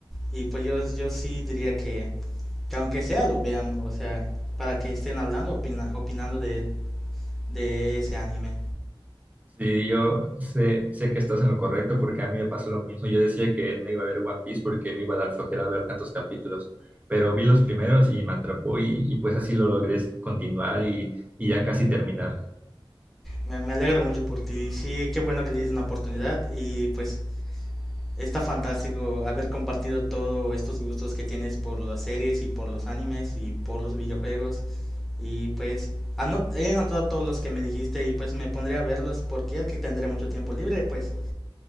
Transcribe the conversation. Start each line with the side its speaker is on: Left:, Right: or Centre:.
Centre: y pues yo, yo sí diría que, que aunque sea lo vean, o sea, para que estén hablando, opina- opinando de, de ese anime.
Right: Sí, yo sé, sé que estás en lo correcto porque a mí me pasó lo mismo. Yo decía que no iba a ver One Piece porque me iba a dar flojera ver tantos capítulos, pero vi los primeros y me atrapó y, y pues así lo logré continuar y, y ya casi terminar.
Centre: Me, me alegro mucho por ti. Sí, qué bueno que le diste una oportunidad y pues está fantástico haber compartido todos estos gustos que tienes por las series y por los animes y por los videojuegos. Y pues anot he anotado todos los que me dijiste y pues me pondré a verlos porque ya que tendré mucho tiempo libre, pues